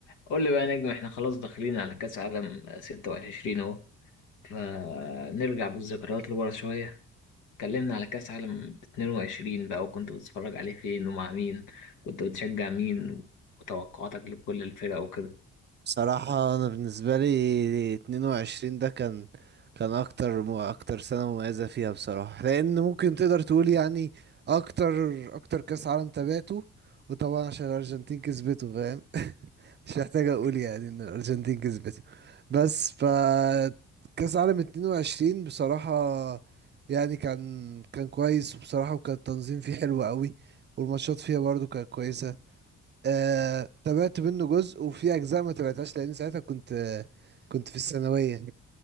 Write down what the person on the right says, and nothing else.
صراحة أنا بالنسبة لي اتنين وعشرين ده كان كان أكتر م... أكتر سنة مميزة فيها بصراحة لأن ممكن تقدر تقول يعني أكتر أكتر كأس عالم تابعته وطبعا عشان الأرجنتين كسبته فاهم <laughs> مش محتاج أقول يعني إن الأرجنتين كسبته بس ف كأس عالم اتنين وعشرين بصراحة يعني كان كان كويس وبصراحة وكان التنظيم فيه حلو قوي والماتشات فيها برضو كانت كويسة آه، تابعت منه جزء وفي اجزاء ما تابعتهاش لان ساعتها كنت آه، كنت في الثانويه